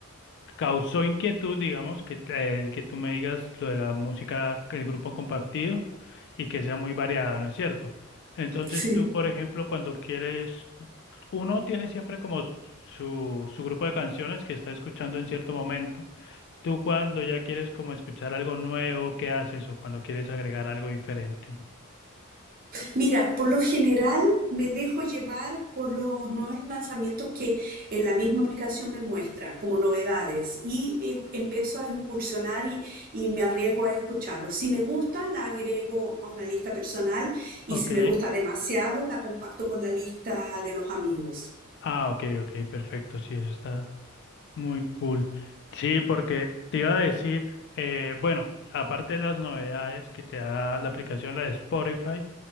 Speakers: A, on the left; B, on the right.
A: causó inquietud, digamos, que, eh, que tú me digas lo de la música, que el grupo compartido y que sea muy variada, ¿no es cierto? Entonces
B: Sí.
A: tú, por ejemplo, cuando quieres, uno tiene siempre como su, su grupo de canciones que está escuchando en cierto momento. Tú cuando ya quieres como escuchar algo nuevo, ¿qué haces? O cuando quieres agregar algo diferente.
B: Mira, por lo general me dejo llevar por los nuevos lanzamientos que en la misma aplicación me muestra como novedades y eh, empiezo a incursionar y, y me arriesgo a escucharlos. Si me gusta, la agrego a una lista personal y
A: Ok.
B: si me gusta demasiado, la comparto con la lista de los amigos.
A: Ah, ok, ok, perfecto. Sí, eso está muy cool. Sí, porque te iba a decir, eh, bueno, aparte de las novedades que te da la aplicación, la de Spotify,